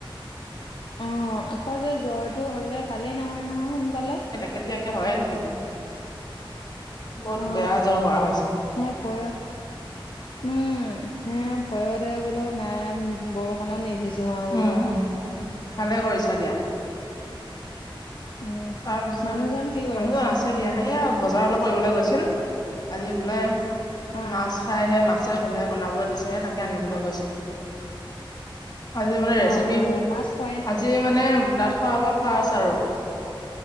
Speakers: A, on the left; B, on the left.
A: অ' আকৌ যে জ্বৰটো হলে ভালেই নহয় নহয় সোনকালে।
B: কেতিয়াকে হয়ে থাকিব বহুত
A: অ
B: বেয়া জ্বৰ হোৱা হৈছে।
A: হে ভয়, উম' হে ভয়তে বোলো নাই বৰষুণ বৰষুণত নিভিজো বোলো
B: উম
A: আৰু
B: উম ভালে কৰিছা দিয়া।
A: উম
B: তাৰপিছত
A: মানুহজন কি কৰি
B: মানুহজন আছে দিয়া এইয়া বজাৰ অলপ কৰিবলৈ গৈছিল আজি বোলে
A: অ
B: মাছ। খাই হে মাছে ভুলে বনাবলৈ দিছে তাকে আনিবলৈ গৈছিল। আজি মানে ৰেচিপি,
A: অ অ মাছ খোৱাই
B: আজি মানে দাত শৰা পৰা ফাৰ্ষ্ট আৰু